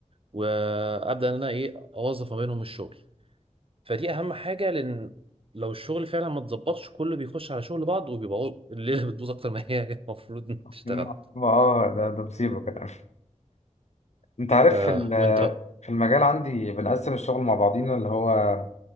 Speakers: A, on the right; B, on the left.
A: وابدأ ان انا ايه اوظف ما بينهم الشغل فدي اهم حاجة لان لو الشغل فعلا ما اتظبطش كله بيخش على شغل بعض وبيبقى <laughs> الليلة بتبوظ اكتر ما هي <laughs> المفروض إن تشتغل
B: ما ما- اه ده ده مصيبه كده انت عارف
A: آه
B: في ال-
A: وانت
B: في المجال عندي بنقسم الشغل مع بعضينا اللي هو